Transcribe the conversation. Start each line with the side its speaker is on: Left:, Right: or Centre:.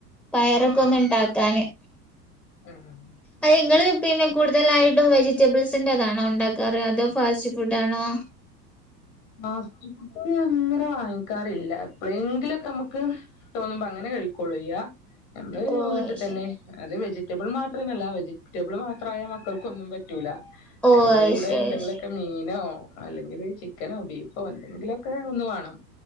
Centre: പയറൊക്കെ
Left: ആഹ്
Centre: ഒന്ന് ഇണ്ടാക്കാന്
Left: ആഹ്
Centre: അതിങ്ങള് പിന്നെ കൂടുതലായിട്ടും വെജിറ്റബിൾസിന്റെതാണോ ഇണ്ടാക്കാറ് അതോ ഫാസ്റ്റ് ഫുഡ് ആണോ
Left: ഫാസ്റ്റ് ഫുഡ് അങ്ങനെ വാങ്ങിക്കാറില്ല എപ്പളെങ്കിലൊക്കെ നമക്ക് തോന്നുംമ്പോ അങ്ങനെ കഴിക്കോള്ള് ഇയ്യ നമ്മള്
Centre: ഓ
Left: വീട്ടിതന്നെ
Centre: ശരി
Left: അത് വെജിറ്റബിൾ മാത്രമല്ല വെജിറ്റബിൾ മാത്രായാ മക്കൾക്കൊന്നും പറ്റൂല
Centre: ഓ
Left: അയിന്റെ
Centre: അത്
Left: കൂടെ
Centre: ശരി
Left: എന്തെങ്കിലൊക്ക
Centre: അത് ശരി
Left: മീനോ അല്ലെങ്കില് ചിക് ക്കനോ ബീഫോ എന്തെങ്കിലൊക്കെ ഒന്ന് വേണം